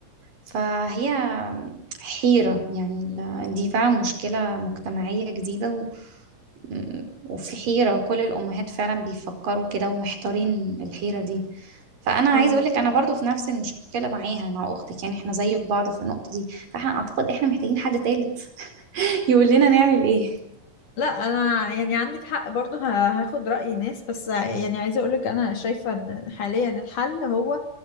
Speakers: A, on the right; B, on the left.
A: فهي حيرة يعني ال- دي فعلا مشكلة مجتمعية جديدة و... م- وفي حيرة كل الأمهات فعلا بيفكروا كده ومحتارين الحيرة دي فأنا عايز
B: اه
A: أقولك أنا برضو في نفس المشكلة معاها مع أختك يعني احنا زي بعض في النقطة دي فاحنا أعتقد احنا محتاجين حد تالت يقول لنا نعمل ايه
B: لا انا يعني عندك حق برضو ه- هاخد رأي ناس بس يعني عايزة اقولك انا شايفة ان حاليا الحل هو